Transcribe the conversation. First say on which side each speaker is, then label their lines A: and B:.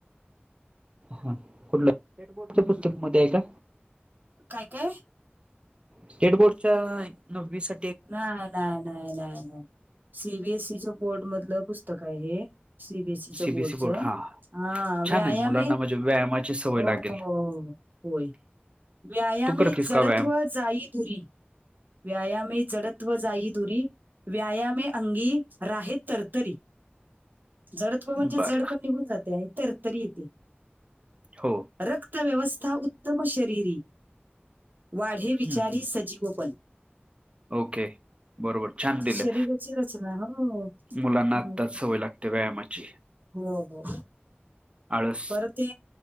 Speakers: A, on the right; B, on the right.
A: हा कुठलं स्टेट बोर्डच्या
B: हं.
A: पुस्तक मध्ये आहे का?
B: काय काय.
A: स्टेट बोर्डच्या नववी सा
B: नाही नाही नाही नाही नाही सीबीएसईच्या बोर्ड मधलं पुस्तक हाय हे. सी बीएसईच्या
A: सीबीएसई
B: बोर्डचं
A: बोर्ड हा
B: हा व्यायाम
A: छान आहे मुलांना म्हणजे व्यायामाची सवय
B: हो
A: लागेल
B: हो हो. होय व्यायामे
A: तू करतेस
B: जडत्व
A: का व्यायाम
B: जाई दुरी व्यायामे जडत्व जाई दुरी व्यायामे अंगी राहे तरतरी. जडत्व म्हणजे
A: बर
B: जड पण निघून जाते आणि तर तरी येते.
A: हो.
B: रक्त व्यवस्था उत्तम शरीरी वाढे
A: हम्म,
B: विचारी
A: हम्म.
B: सजीवपण.
A: ओके. बरोबर छान
B: म्हणजे
A: दिलं
B: शरीराची रचना हो
A: मुलांना
B: चांगलं
A: आत्ताच
B: आहे.
A: सवय लागते व्यायामाची.
B: हो हो.
A: आळस.
B: बर ते